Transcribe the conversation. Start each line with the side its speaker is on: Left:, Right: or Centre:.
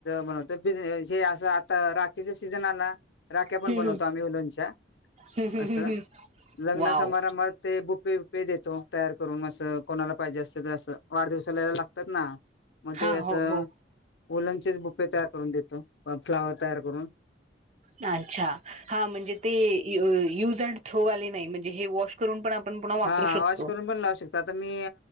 Left: बनवत बिने हे अस- - आता राखीचा सीझन हेना राख्या पण
Right: हम्म
Left: बनवतो आम्ही उलनच्या.
Right: हम्म हम्म
Left: असं
Right: हम्म हम्म
Left: लग्न
Right: वाव
Left: समारंभात ते बुपे पे देतो तयार करून असं कोणाला पाहिजे असतं तर, असं वाढदिवसाला लागतात ना? मग
Right: हा
Left: ते असं
Right: हो हो
Left: ओलंंचेच बुपे तयार करून देतो. फ्लावर तयार करून
Right: अच्छा हा म्हणजे ते अ यूज अँड थ्रो वाले नाही म्हणजे हे वॉश करून पण आपण पुन्हा वापरू
Left: हा
Right: शकतो
Left: वॉश करून पण लावू शकतो आता मी